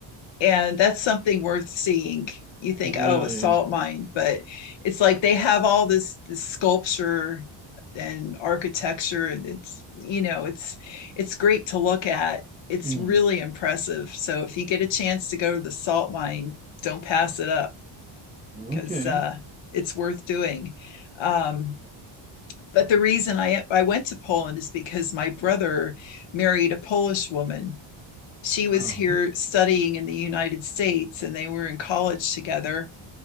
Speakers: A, on the left; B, on the right.
A: and that's something worth seeing. You think,
B: Really?
A: oh, a salt mine, but it's like they have all this, this sculpture and architecture, and it's you know, it's it's great to look at. It's
B: Mm.
A: really impressive. So if you get a chance to go to the salt mine, don't pass it up because
B: Okay.
A: uh, it's worth doing. Um, but the reason I, I went to Poland is because my brother married a Polish woman. She was
B: Um,
A: here studying in the United States and they were in college together.